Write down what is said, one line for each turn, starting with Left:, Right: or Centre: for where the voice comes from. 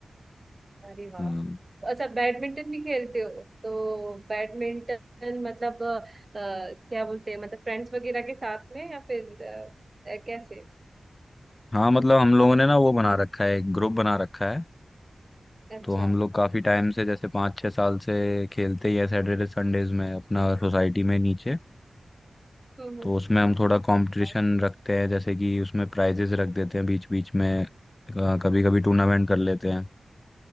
Right: अरे वाह
Left: अम,
Right: तो अच्छा बैडमिंटन भी खेलते हो तो बैडमिंटन मतलब अ, क्या बोलते हैं मतलब फ्रेंड्स वगैरह के साथ में या फिर अ, कैसे
Left: हाँ मतलब हम लोगों ने ना वो बना रखा है एक ग्रुप बना रखा है
Right: अच्छा
Left: तो हम लोग काफी टाइम से जैसे पाँच छः साल से खेलते ही है सैटरडे संडेज में अपना सोसाइटी में नीचे
Right: हम्म
Left: तो उसमें हम थोड़ा कंपटीशन
Right: हम्म
Left: रखते हैं जैसे कि उसमें प्राइजेस रख देते हैं बीच बीच में कभी कभी टूर्नामेंट कर लेते हैं